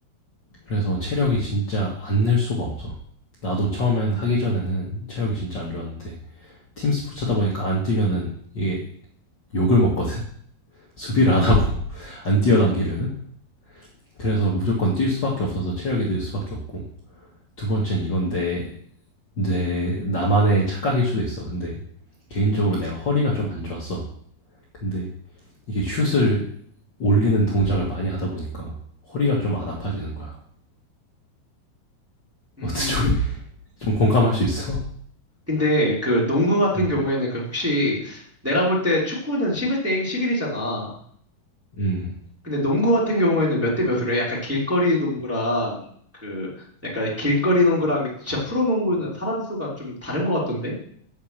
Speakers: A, on the left (about 60°); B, in the centre.
A: 그래서 체력이 진짜 안 늘 수가 없어. 나도 처음엔 하기 전에는 체력이 진짜 안 좋았는데 팀 스포츠다 보니까 안 뛰면은 이게 욕을 먹거든. <laughs> 수비를 안 하고 <laughs> 안 뛰어당기면은 그래서 무조건 뛸 수밖에 없어서 체력이 늘 수밖에 없고 두 번째는 이건 내 내 나만의 착각일 수도 있어. 근데 개인적으로 내가 허리가 좀 안 좋았어. 근데 이게 슛을 올리는 동작을 많이 하다 보니까 허리가 좀 안 아파지는 거야. <laughs>
B: 음,
A: 어때 좀,
B: 그럼,
A: 좀 공감할 수 있어?
B: 근데 그 농구 같은
A: 어.
B: 경우에는 그 혹시 내가 볼 때 축구는 11대 11이잖아.
A: 음.
B: 근데 농구 같은 경우에는 몇 대 몇으로 해? 약간 길거리 농구랑 그 약간 길거리 농구랑 진짜 프로 농구는 사람 수가 좀 다른 것 같던데?